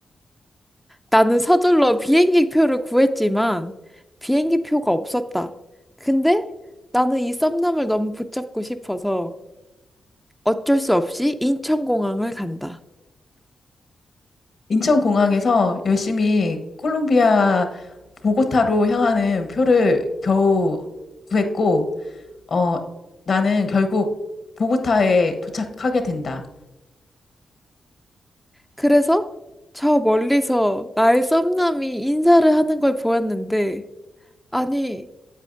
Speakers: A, in the centre; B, on the left.
A: 나는 서둘러 비행기 표를 구했지만 비행기 표가 없었다. 근데 나는 이 썸남을 너무 붙잡고 싶어서 어쩔 수 없이 인천공항을 간다.
B: 인천 공항에서 열심히 콜롬비아 보고타로 향하는 표를 겨우 구했고 어, 나는 결국 보고타에 도착하게 된다.
A: 그래서 저 멀리서 나의 썸남이 인사를 하는 걸 보았는데 아니